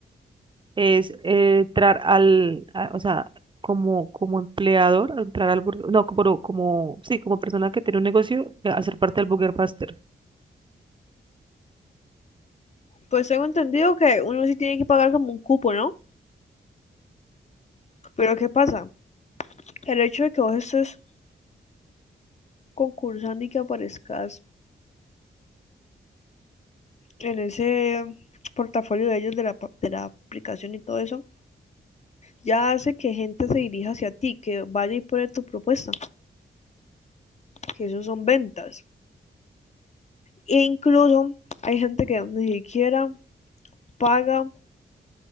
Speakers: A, on the right (about 25°); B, on the left (about 35°).
A: es eh, entrar al, a- o sea, como, como empleador, entrar al burger, no, como, como, sí, como persona que tiene un negocio, eh, hacer parte del Burger Master.
B: Pues tengo entendido que uno sí tiene que pagar como un cupo, ¿no? Pero ¿qué pasa? El hecho de que vos estés concursando y que aparezcas en ese portafolio de ellos de la, de la aplicación y todo eso, ya hace que gente se dirija hacia ti, que vaya y pone tu propuesta, que eso son ventas. E incluso hay gente que ni siquiera paga